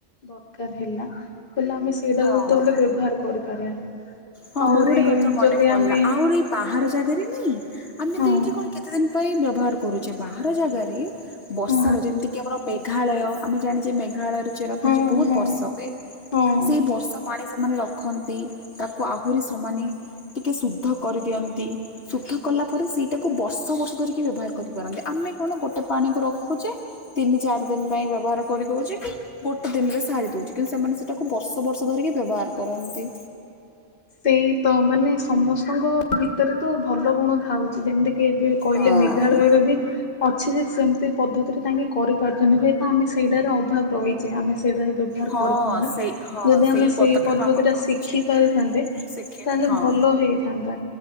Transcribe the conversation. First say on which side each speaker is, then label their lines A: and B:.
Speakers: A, on the left; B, on the left.
A: ଦରକାର ହେଲା ହେଲେ ଆମେ ସେଇଟାକୁ
B: ହଁ
A: ତ ଆମେ ବ୍ୟବହାର କରିପାରିବା
B: ହଁ
A: ଆହୁରି
B: ମୋର ଗୋଟେ କଥା ମନେ
A: ଯଦି
B: ପଡିଲା
A: ଆମେ
B: ଆହୁରି ବାହାର ଜାଗାରେ ନାଇଁ ଆମେ
A: ହଁ
B: ତ ଏଇଠି କଣ କେତେଦିନ ପାଇଁ ବ୍ୟବହାର କରୁଛେ ବାହାର ଜାଗାରେ ବର୍ଷାର
A: ହଁ
B: ଯେମିତିକି ଆମର ମେଘାଳୟ ଆମେ ଜାଣିଛେ ମେଘାଳୟର ଚେର
A: ହଁ
B: ପୁଞ୍ଜି ବୁଏ
A: ହଁ
B: ବର୍ଷ ହୁଏ
A: ହଁ
B: ସେଇ ବର୍ଷା ପାଣି ସେମାନେ ରଖନ୍ତି ତା କୁ ଆହୁରି ସମାନେ ଟିକେ ଶୁଦ୍ଧ କରିଦିଅନ୍ତି। ଶୁଦ୍ଧ କଲା ପରେ ସେଇଟାକୁ ବର୍ଷ ବର୍ଷ ଧରିକି ବ୍ୟବହାର କରିପାରନ୍ତି ଆମେ କଣ ଗୋଟେ ପାଣିକୁ ରଖୁଛେ ତିନି ଚାରି ଦିନ ପାଇଁ ବ୍ୟବହାର କରିଦଉଛି କି। ଗୋଟେ ଦିନରେ ସାରି ଦଉଛି କିନ୍ତୁ ସେମାନେ ସେଇଟାକୁ ବର୍ଷ ବର୍ଷ ଧରିକି ବ୍ୟବହାର କରନ୍ତି।
A: ସେଇ ତ ମାନେ ସମସ୍ତଙ୍କ ଭିତରେ ତ ଭଲ ଗୁଣ ଥାଉଛି ଯେମିତିକ। କିଏ ଏବେ କହିଲେ
B: ହଁ।
A: ମେଘାଳୟରେ ବି। ଅଛି ଯେ ସେମିତି ପଦ୍ଧତିରେ ତାଙ୍କେ କରିପାରୁଛନ୍ତି ହୁଏତ ଆମେ ସେଇଟାର ଅଭାବ ରହିଛେ। ଯେ ଆମେ ସେଇଟାରେ ବ୍ୟବହାର
B: ହଁ
A: କରିପାରୁନ
B: ସେଇ ହଁ
A: ଯଦି ଆମେ
B: ପଦକ୍ଷେପ
A: ସେଇ ପଦ୍ଧତି
B: ଆମର
A: ଟା
B: ରହିଛି
A: ଶିଖି ପାରିଥାନ୍ତେ‌।
B: ଶିଖି
A: ତାହେଲେ
B: ହଁ
A: ଭଲ ହେଇଥାନ୍ତା